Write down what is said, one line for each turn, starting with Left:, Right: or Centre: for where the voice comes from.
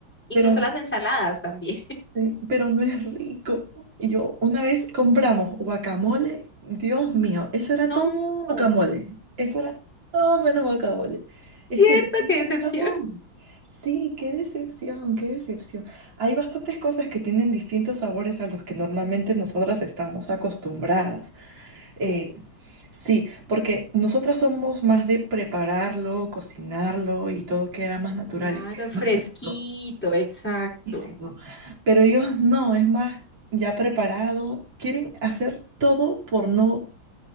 Centre: Incluso
Right: Pero,
Centre: las ensaladas también.
Right: sí, pero no es rico. Y Yo una vez compramos guacamole, Dios mío, eso era
Centre: No,
Right: todo guacamole. Eso era todo bueno guacamole. Es
Centre: Cierto,
Right: que
Centre: qué decepción.
Right: decepción. Sí, qué decepción, qué decepción. Hay bastantes cosas que tienen distintos sabores a los que normalmente nosotras estamos acostumbradas. Eh,
Centre: <laughs>
Right: sí, porque nosotras somos más de prepararlo, cocinarlo y todo queda más natural
Centre: claro,
Right: y queda
Centre: fresquito,
Right: más rico.
Centre: exacto.
Right: riquísimo. Pero ellos no, es más ya preparado. Quieren hacer todo por no